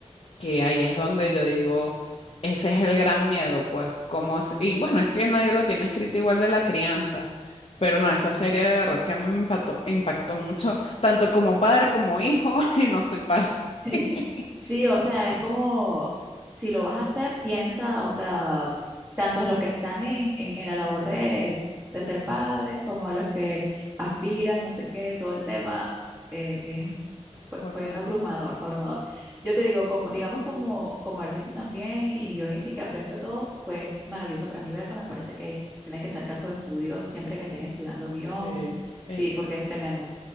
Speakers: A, on the left; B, on the right.
A: que ahí es donde yo digo, ese es el gran miedo, pues, cómo hace-
B: Sí.
A: y bueno, es que nadie lo tiene escrito igual de la crianza, pero no, esa serie de verdad que a mí me impactó, impactó mucho, tanto como padre como hijo, <laughs> y no soy padre.
B: <laughs> Sí,
A: <laughs>
B: sí, o sea, es como si lo vas a hacer, piensa, o sea, tanto a los que están en, en, en la labor de, de ser padres como a los que aspiran, no sé qué, todo el tema eh, es, fue,
A: Total.
B: fue abrumador, fue abrumador. Yo te digo, como, digamos, como, como artista también y guionista y que aprecio todo, fue maravilloso para mí verlo. Me parece que tienen que ser casos de estudio siempre que estén estudiando guión,
A: Sí, eh,
B: sí, porque es tremenda